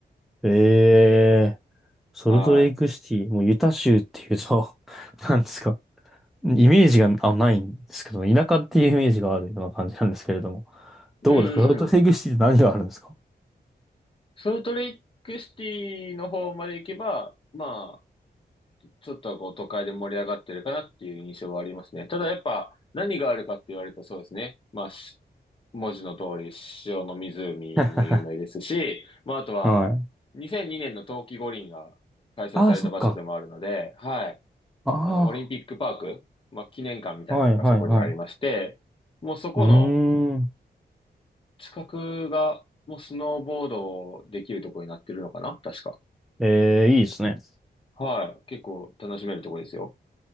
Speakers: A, in the centre; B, on the left.
A: あ、ええソルトレイクシティ、
B: は
A: もうユタ州っていうと <laughs> なんですか。イメージがあ、ないんですけど、田舎っていうイメージがあるような感じなんですけれども。
B: い。
A: どうですかソルトレイクシティって何があるんですか
B: うんうんソルトレイクシティの方まで行けば、まあ、ちょっとはこう都会で盛り上がってるかなっていう印象はありますね。ただやっぱ何があるかって言われるとそうですね。まあ、し文字の通り塩の湖も有名ですし、
A: <laughs>
B: まああとは2002年の冬季五輪が開催された場所でもあるので、
A: はい。ああ、そっか。
B: はい。
A: あ
B: あの、オリンピックパーク、まあ記念館みたいなのがそこにありまして、
A: あ、はいはいはい。
B: もうそこの
A: うーん。
B: 近くがもうスノーボードできるところになってるのかな確か。
A: ええいいですね。
B: はい。結構楽しめるとこですよ。